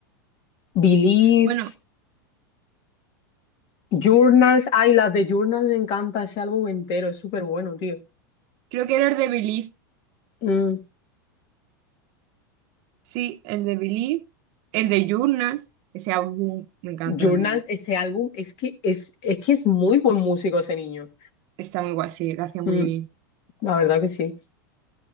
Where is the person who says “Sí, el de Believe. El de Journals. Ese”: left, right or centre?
Right